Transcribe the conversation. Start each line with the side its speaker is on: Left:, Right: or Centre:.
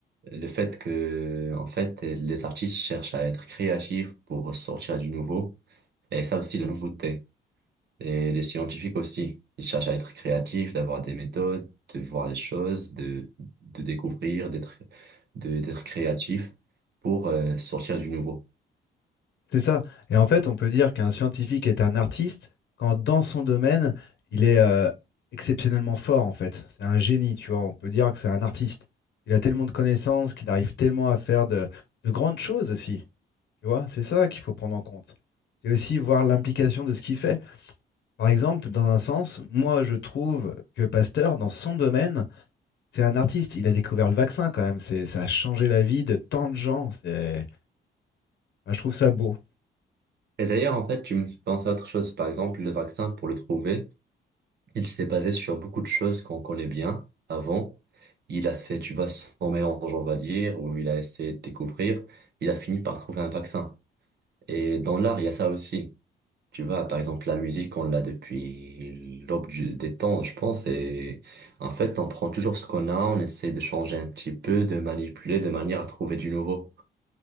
Right: Le fait que, en fait, les artistes cherchent à être créatifs pour sortir du nouveau. Et ça aussi, la nouveauté. Et les scientifiques aussi. Ils cherchent à être créatifs, d'avoir des méthodes, de voir les choses, de, de découvrir, d'être, de, d'être créatifs pour euh, sortir du nouveau.
Left: C'est ça. Et en fait, on peut dire qu'un scientifique est un artiste quand dans son domaine, il est euh, exceptionnellement fort, en fait. C'est un génie, tu vois. On peut dire que c'est un artiste. Il a tellement de connaissances qu'il arrive tellement à faire de, de grandes choses aussi. Tu vois, c'est ça qu'il faut prendre en compte. C'est aussi voir l'implication de ce qu'il fait. Par exemple, dans un sens, moi, je trouve que Pasteur, dans son domaine, c'est un artiste. Il a découvert le vaccin quand même. C'est, ça a changé la vie de tant de gens. C'est, enfin, je trouve ça beau.
Right: Et d'ailleurs, en fait, tu me fais penser à autre chose. Par exemple, le vaccin, pour le trouver, il s'est basé sur beaucoup de choses qu'on connaît bien avant. Il a fait, tu vois, son mélange, on va dire, où il a essayé de découvrir. Il a fini par trouver un vaccin. Et dans l'art, il y a ça aussi. Tu vois, par exemple, la musique, on l'a depuis l'aube du- des temps, je pense. Et en fait, on prend toujours ce qu'on a, on essaie de changer un petit peu, de manipuler de manière à trouver du nouveau.